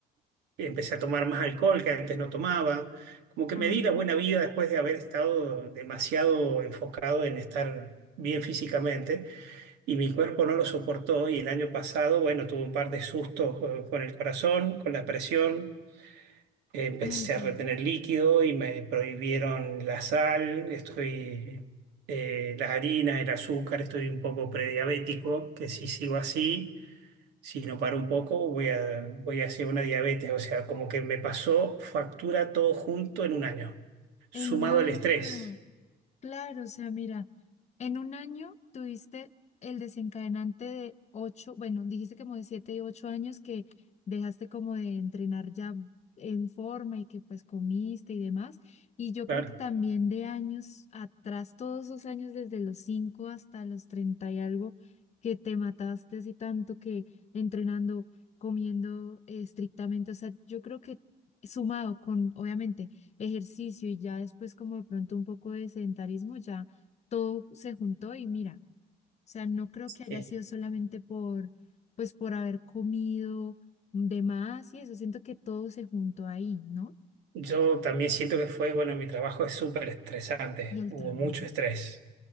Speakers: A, on the right; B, on the left.
A: empecé a tomar más alcohol que antes no tomaba. Como que
B: Ah,
A: me di la buena vida después de haber estado demasiado enfocado en estar bien físicamente y mi cuerpo no lo soportó y el año pasado, bueno, tuve un par de sustos eh, con el corazón, con la presión Empecé
B: ay, veamos.
A: a retener líquido y me prohibieron la sal, estoy, eh, las harinas, el azúcar, estoy un poco prediabético, que si sigo así, si no paro un poco, voy a, voy hacia una diabetes. O sea, como que me pasó factura todo junto en un año, sumado
B: En un año.
A: al estrés.
B: Claro, o sea, mira, en un año tuviste el desencadenante de ocho, bueno, dijiste como de siete y ocho años que dejaste como de entrenar ya en forma y que pues comiste y demás. Y yo
A: Claro.
B: creo que también de años atrás, todos esos años desde los cinco hasta los treinta y algo, que te mataste así tanto que entrenando, comiendo eh, estrictamente, o sea, yo creo que sumado con, obviamente ejercicio y ya después como de pronto un poco de sedentarismo, ya todo se juntó y mira, o sea, no creo que haya
A: Sí.
B: sido solamente por, pues por haber comido de más y eso, siento que todo se juntó ahí, ¿no?
A: Yo también siento que fue, bueno, mi trabajo es súper estresante,
B: Y el
A: hubo
B: trabajo.
A: mucho estrés.